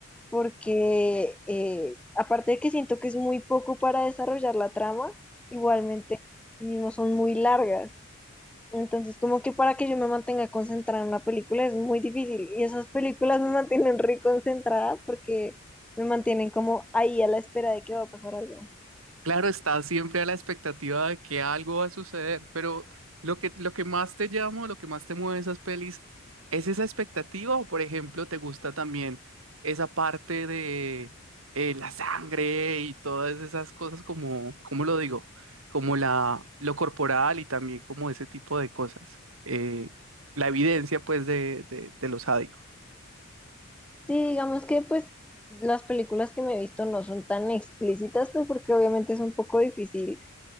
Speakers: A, in the centre; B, on the right (about 80°).
A: porque eh, aparte de que siento que es muy poco para desarrollar la trama, igualmente sí mismo son muy largas. Entonces, como que para que yo me mantenga concentrada en una película es muy difícil. Y esas películas me mantienen re concentrada porque me mantienen como ahí a la espera de que va a pasar algo.
B: Claro, estás siempre a la expectativa de que algo va a suceder, pero lo que, lo que más te llama, lo que más te mueve de esas pelis, ¿es esa expectativa o, por ejemplo, te gusta también esa parte de eh, la sangre y todas esas cosas como, ¿cómo lo digo? Como la, lo corporal y también como ese tipo de cosas. Eh, la evidencia, pues, de, de, de lo sádico.
A: Sí, digamos que pues las películas que me he visto no son tan explícitas, pues porque obviamente es un poco difícil,